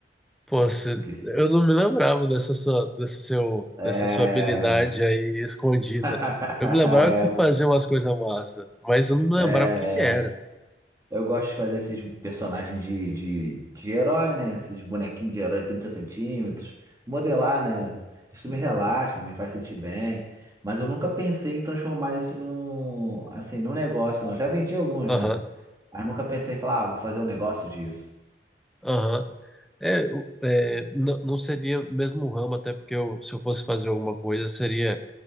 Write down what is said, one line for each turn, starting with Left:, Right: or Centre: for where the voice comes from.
Centre: Pô, se
Right: Que
Centre: eu não me lembrava dessa sua, dessa seu,
Right: é...
Centre: dessa sua habilidade aí escondida.
Right: <laughs>
Centre: Eu me lembrava que você fazia umas coisas massa, mas eu não me
Right: é,
Centre: lembrava
Right: é,
Centre: o que que era.
Right: é. Eu gosto de fazer esses personagens de, de, de herói, né? Esses bonequinhos de herói 30 centímetros. Modelar, né? Isso me relaxa, me faz sentir bem. Mas eu nunca pensei em transformar isso num, assim, num negócio, não. Já vendi alguns,
Centre: Aham,
Right: né? Mas nunca pensei em falar, ah, vou fazer um negócio disso.
Centre: aham. É, eu- é, n- não seria o mesmo ramo, até porque eu, se eu fosse fazer alguma coisa, seria